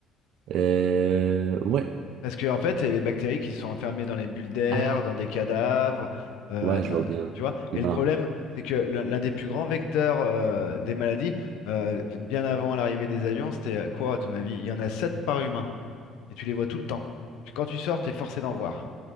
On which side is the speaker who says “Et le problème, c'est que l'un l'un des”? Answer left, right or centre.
Left